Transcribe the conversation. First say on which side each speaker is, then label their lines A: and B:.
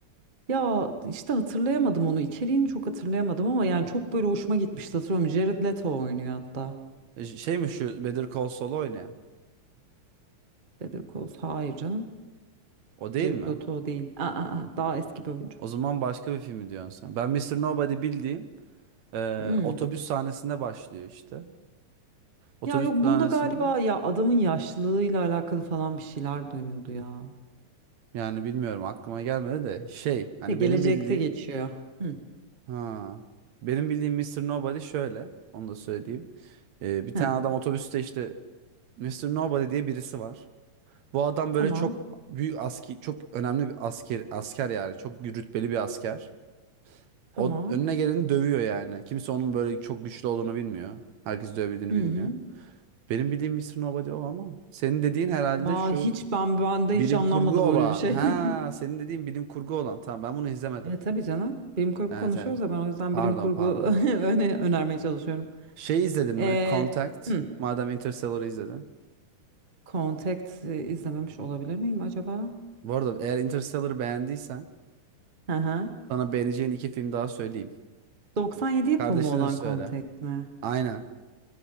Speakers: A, on the right; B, on the right.
A: ya işte hatırlayamadım onu. İçeriğini çok hatırlayamadım ama yani çok böyle hoşuma gitmişti hatırlıyorum. Jared Leto oynuyor hatta.
B: E, ş- Şey mi şu Better Call Saul oynayan
A: Better Call Saul. Hayır canım.
B: o değil
A: Jared
B: mi?
A: Leto değil. Aa, aa, daha eski bir oyuncu.
B: O zaman başka bir filmi diyorsun sen. Ben Mister Nobody bildiğim e,
A: Hmm.
B: otobüs sahnesinde başlıyor işte. Otobüs
A: Ya yok bunda
B: sahnesinde.
A: galiba ya adamın yaşlılığıyla alakalı falan bir şeyler dönüyordu ya.
B: Yani bilmiyorum aklıma gelmedi de şey hani
A: Şey, gelecekte
B: benim bildiğim
A: geçiyor. Hı.
B: ha benim bildiğim Mr. Nobody şöyle onu da söyleyeyim. Ee, bir tane
A: Heh,
B: adam otobüste işte Mr. Nobody diye birisi var. Bu adam
A: tamam.
B: böyle çok büyük aski çok önemli bir asker asker yani çok rütbeli bir asker.
A: Tamam.
B: O önüne geleni dövüyor yani. Kimse onun böyle çok güçlü olduğunu bilmiyor. Herkes dövebildiğini
A: Hı
B: bilmiyor.
A: hı.
B: Benim bildiğim Mr. Nobody o ama senin dediğin herhalde
A: Aa,
B: şu
A: hiç ben bende
B: bilim
A: hiç anlanmadı
B: kurgu olan.
A: böyle bir şey.
B: Ha
A: <laughs>
B: senin dediğin bilim kurgu olan. Tamam ben bunu izlemedim.
A: E tabii canım. Bilim kurgu
B: Evet
A: konuşuyoruz
B: evet.
A: ya ben o yüzden
B: Pardon
A: bilim kurgu
B: pardon.
A: <laughs> öne önermeye çalışıyorum.
B: Şey izledin mi?
A: E,
B: Contact.
A: hı.
B: Madem Interstellar'ı izledin.
A: Contact e, izlememiş olabilir miyim acaba?
B: Bu arada eğer Interstellar'ı beğendiysen
A: Hı hı.
B: sana beğeneceğin iki film daha söyleyeyim.
A: 97 yapımı
B: Kardeşine
A: olan
B: de söyle.
A: Contact mi?
B: Aynen.